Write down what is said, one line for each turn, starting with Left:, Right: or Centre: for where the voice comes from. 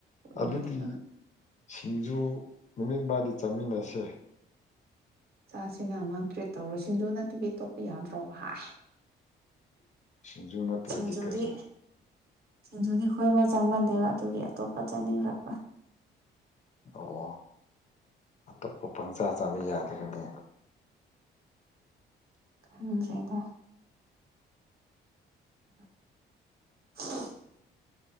Right: ꯍꯗꯄꯥ
Left: ꯑꯗꯨꯗꯤ ꯁꯤꯡꯖꯨ ꯅꯨꯃꯤꯠꯃꯗꯤ ꯆꯥꯃꯤꯟꯅꯁꯦ
Right: ꯆꯆꯥꯁꯤꯅ ꯅ ꯅꯥꯡ ꯇ꯭ꯔꯤꯠ ꯇꯧꯔ ꯁꯤꯡꯖꯨ ꯅꯠꯇꯕꯤꯇꯣꯞꯄ ꯌꯥꯗ꯭ꯔꯣ ꯍꯥꯏ
Left: ꯁꯤꯡꯖꯨ ꯅꯠꯇꯕꯗꯤ
Right: ꯁꯤꯡꯖꯨꯗꯤ
Left: ꯀꯔꯤ
Right: ꯁꯤꯡꯖꯨꯗꯤ ꯈꯣꯏꯕꯥꯎ ꯆꯥꯃꯟꯂꯦꯕ ꯑꯗꯨꯒꯤ ꯑꯇꯣꯞꯄ ꯆꯥꯅꯤꯡꯔꯛꯄ
Left: ꯑꯣ ꯑꯇꯣꯞꯄ ꯄꯪꯆꯥꯥ ꯆꯥꯕ ꯌꯥꯗꯒꯅꯤ
Right: ꯀꯝ ꯆꯗ <unintelligible>